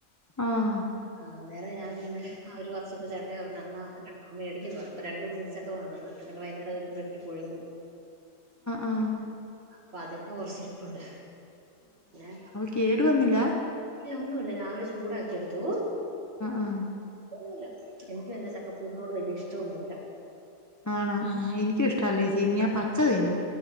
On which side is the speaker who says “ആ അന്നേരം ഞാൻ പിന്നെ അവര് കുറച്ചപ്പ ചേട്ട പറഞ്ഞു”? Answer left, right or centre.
Right